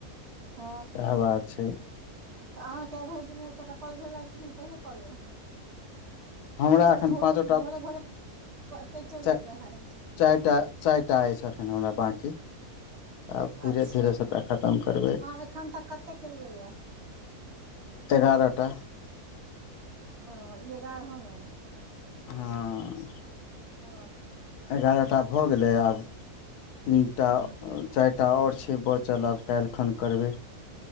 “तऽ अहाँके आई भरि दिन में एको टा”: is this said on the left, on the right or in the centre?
Right